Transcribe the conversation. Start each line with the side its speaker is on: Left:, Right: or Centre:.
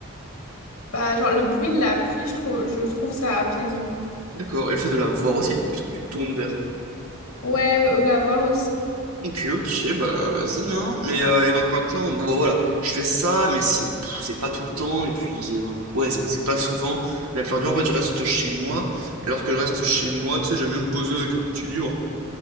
Left: Bah, genre, le bruit de la pluie, je trouve, je trouve ça apaisant.
Right: D'accord. Et le fait de la voir aussi, donc, puisque tu te tournes vers.
Left: Ouais, euh, la voir aussi.
Right: Ok, ok, bah vas-y, hein. Mais euh, et donc maintenant, bon bah voilà, je fais ça, mais c'est pff, c'est pas tout le temps, et puis euh, ouais, non, c'est pas souvent. La plupart du temps, en fait, je reste chez moi. Et lorsque je reste chez moi, tu sais, j'aime bien me poser avec un petit livre.